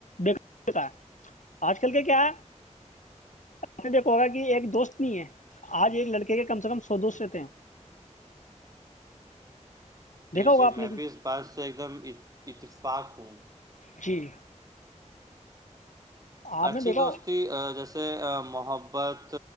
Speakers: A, on the left; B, on the right.
A: بتا ہے آج کل کے کیا ہے آپ نے دیکھا ہوگا کہ ایک دوست نہیں ہے آج ایک لڑکے کے کم سے کم سو دوست رہتے ہیں <inaudible>
B: جی
A: دیکھا ہوگا
B: جی
A: آپ
B: میں
A: نے
B: بھی اس بات سے ایک دم اتفاق ہوں
A: جی آپ
B: اچھی
A: نے دیکھو
B: دوستی جیسے محبت